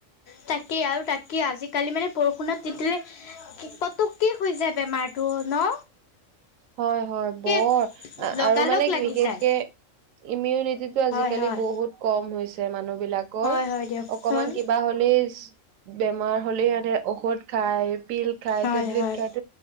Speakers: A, on the left; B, on the right.
A: তাকেই আৰু তাকে আজিকালি মানে বৰষুণত তিতিলে পতককে হয় যায় বেমাৰটো ন'।
B: হয় হয়,
A: সেই
B: বৰ
A: লগালগ
B: আৰু মানে
A: লাগি
B: বিশেষকে
A: যায়
B: ইমিউনিটি টো আজিকালি
A: হয় হয়
B: বহুত কম হৈছে মানুহ বিলাকৰ,
A: হয় হয় দিয়কচোন
B: অকমান কিবা হ'লেই বেমাৰ হ'লে মানে ঔষধ খায়, পিল খাই,
A: হয়
B: টেবলেট
A: হয়
B: খাই-